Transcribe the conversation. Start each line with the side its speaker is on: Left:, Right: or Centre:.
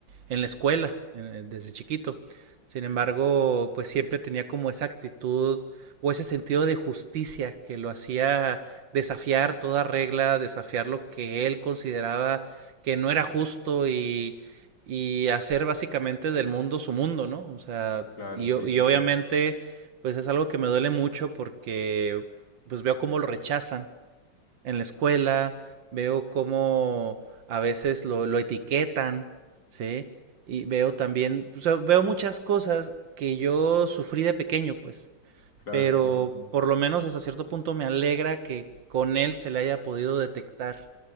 Right: en la escuela, en- en- desde chiquito. Sin embargo,
Left: Ok,
Right: pues siempre tenía como esa actitud o ese sentido de justicia que lo hacía desafiar toda regla, desafiar lo que él consideraba que no era justo y y hacer básicamente del mundo su mundo, ¿no? O sea,
Left: Claro,
Right: y,
Left: sí,
Right: y
Left: sí,
Right: obviamente,
Left: sí.
Right: pues es algo que me duele mucho porque pues veo cómo lo rechazan en la escuela, veo cómo a veces lo, lo etiquetan, ¿sí? Y veo también, o sea, veo muchas cosas que yo sufrí de pequeño, pues,
Left: Claro,
Right: pero
Left: sí, sí, sí.
Right: por lo menos hasta cierto punto me alegra que con él se le haya podido detectar